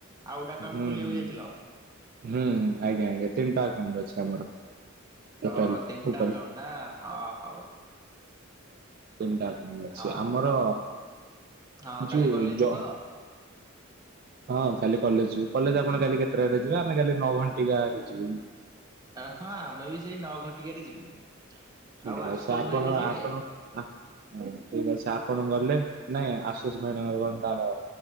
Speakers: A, on the right; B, on the right.
A: ଆଉ ଗୋଟେ ଆକାଉଣ୍ଟ
B: ହୁଁ
A: ଖୋଲିବାକୁ
B: ହୁଁ
A: ଯାଇଥିଲ।
B: ହୁଁ ଆଜ୍ଞା ଆଜ୍ଞା ତିନିଟା ଆକାଉଣ୍ଟ ଅଛି ଆମର। ଟୋଟାଲ
A: ଓ ତିନିଟା
B: ଉପରେ।
A: ଆକାଉଣ୍ଟ ନା ହ ହଉ।
B: ତିନିଟା ଆକାଉଣ୍ଟ ଅଛି
A: ହଁ
B: ଆମର
A: ହଉ ହଁ
B: ଯୋଉ
A: କାଲି କଲେଜ
B: ଜ
A: ଯିବ?
B: ହଁ କାଲି କଲେଜ ଯିବୁ କଲେଜ ଆପଣ କାଲି କେତେଟାରେ ଯିବେ ଆମେ କାଲି ନଅ ଘଣ୍ଟିକାକୁ ଯିବୁ।
A: ହଁ ଆମେ ବି ସେଇ ନ ଘଟିକାରେ ଯିବୁ।
B: ଠିକ
A: ଆଉ ଆଶୁତୋଷ
B: ଅଛି ଆପଣ
A: ଭାଇନା ଯିବେ?
B: ଆପଣ ହଁ ଠିକ ଅଛି ଆପଣ ଗଲେ ନାଇଁ ଆସୁଷ ଭାଇଙ୍କର ଟଣ